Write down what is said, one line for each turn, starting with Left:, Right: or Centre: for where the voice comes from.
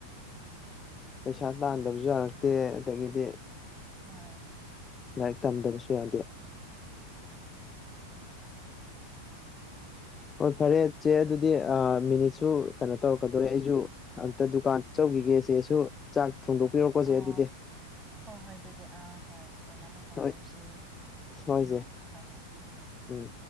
Left: ꯄꯩꯁꯥ ꯇꯥꯟꯗꯕꯁꯨ ꯌꯥꯔꯛꯇꯦ ꯑꯗꯒꯤꯗꯤ
Right: ꯍꯣꯏ
Left: ꯂꯥꯏꯔꯤꯛ ꯇꯝꯗꯕꯁꯨ ꯌꯥꯗꯦ ꯍꯣꯏ ꯐꯔꯦ ꯏ ꯆꯦ ꯑꯗꯨꯗꯤ ꯃꯤꯅꯤꯠꯁꯨ ꯀꯩꯅꯣ ꯇꯧꯔꯛꯀꯗꯧꯣꯔꯦ ꯑꯩꯁꯨ ꯑꯝꯇ ꯗꯨꯀꯥꯟ ꯒꯦꯁꯦꯁꯨ ꯆꯥꯛ ꯊꯣꯡꯗꯣꯛꯄꯤꯔꯣꯀꯣ ꯆꯦ
Right: ꯑꯥ
Left: ꯑꯗꯨꯗꯤ
Right: ꯍꯣꯏ ꯍꯣꯏ ꯑꯗꯨꯗꯤ ꯑꯥ ꯍꯣꯏ ꯀꯣꯏꯅ ꯑꯃꯨꯛ ꯍꯣꯡꯅꯔꯁꯦ
Left: ꯍꯣꯏ ꯍꯣꯏ
Right: ꯎꯝ
Left: ꯆꯦ
Right: ꯍ ꯍꯣꯏ
Left: ꯎꯝ